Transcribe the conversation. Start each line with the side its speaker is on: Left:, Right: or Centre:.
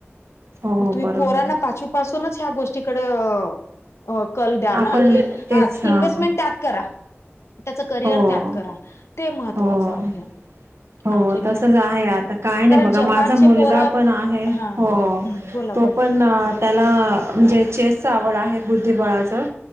Right: हो
Left: मग तुम्ही
Right: बरोबर
Left: पोरांना
Right: आहे.
Left: पाचवीपासूनच ह्या गोष्टीकडे अ कल द्या ना
Right: आपण
Left: की
Right: तेच
Left: हा
Right: हां.
Left: इन्व्हेस्टमेंट त्यात करा त्याच करिअर
Right: हो.
Left: त्यात करा ते महत्त्वाचं
Right: हो.
Left: आहे
Right: हो
Left: आणखीन
Right: तसच
Left: काय
Right: आहे आता काय नाही
Left: कारण
Right: बघा
Left: जपानचे
Right: माझा मुलगा
Left: पोरत
Right: पण आहे हो
Left: हा हा हम्म बोला
Right: तो
Left: बोला
Right: पण त्याला म्हणजे चेसच आवड आहे बुद्धिबळाचं